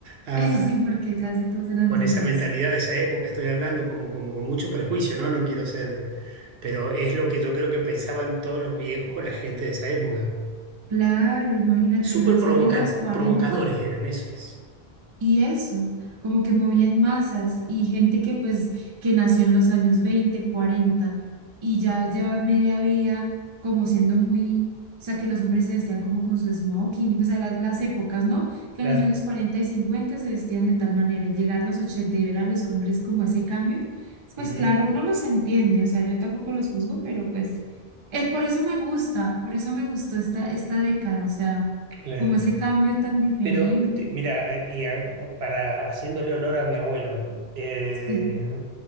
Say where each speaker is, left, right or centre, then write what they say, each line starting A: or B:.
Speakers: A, on the right; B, on the right.
A: ah,
B: Ey, sí, porque casi todos eran
A: con
B: rubios.
A: esa mentalidad de esa época, estoy hablando como, como con mucho prejuicio, ¿no? No quiero ser, pero es lo que yo creo que pensaban todos los viejos o la gente de esa época.
B: Claro, imagínate
A: Súper
B: nacer
A: provoca-
B: en los cuarenta
A: provocadores eran, eso es.
B: Y eso, como que movían masas y gente que pues que nació en los años 20 40 y ya llevar media vida como siendo muy, o sea, que los hombres se vestían como con su smoking y pues a las, las épocas, ¿no? Que
A: Claro,
B: en los años 40 y 50 se vestían de tal manera y llegar a los 80 y ver a los hombres como ese cambio,
A: sí,
B: pues claro, uno los entiende, o sea, yo tampoco los juzgo, pero pues eh, por eso me gusta, por eso me gustó esta, esta década, o sea,
A: claro.
B: como ese cambio tan diferente.
A: Pero te- mira, eh, y a- para haciéndole honor a mi abuelo, eh,
B: Sí.